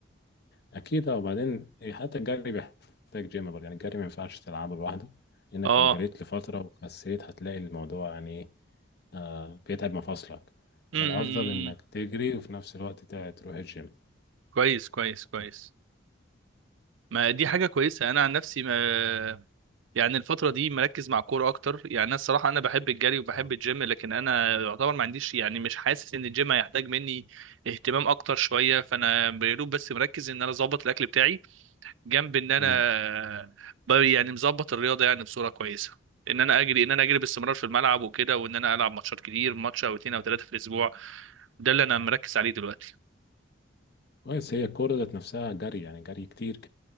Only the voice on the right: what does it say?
اه
امم أمم، أمم.
إمم.
كويس كويس كويس
ما دي حاجة كويسة أنا عن نفسي ما يعني الفترة دي مركز مع الكورة أكتر يعني أنا الصراحة أنا بحب الجري وبحب
الجيم لكن أنا يعتبر ما عنديش يعني مش حاسس إن الجيم هيحتاج مني اهتمام أكتر شوية فأنا بيروب بس مركز إن أنا أظبط الأكل بتاعي جنب إن أنا
ب- يعني مظبط الرياضة يعني بصورة كويسة إن أنا أجري إن أنا أجري باستمرار في الملعب وكده وإن أنا ألعب ماتشات كتير ماتش أو اتنين أو تلاتة في الأسبوع ده اللي أنا مركز عليه دلوقتي